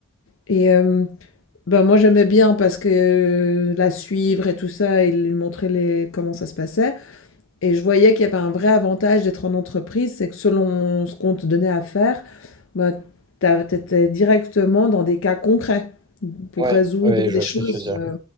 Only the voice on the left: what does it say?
Et euh, ben moi j'aimais bien parce que euh, la suivre et tout ça, il lui montrait les, comment ça se passait. Et je voyais qu'il y avait un vrai avantage d'être en entreprise, c'est que selon ce qu'on te donnait à faire, ben, tu étais directement dans des cas concrets pour
résoudre
des
choses
euh,